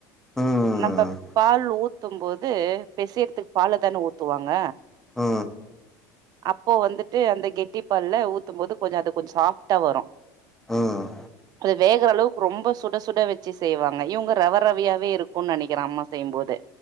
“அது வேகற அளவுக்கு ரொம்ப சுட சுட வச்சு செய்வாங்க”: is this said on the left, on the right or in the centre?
Right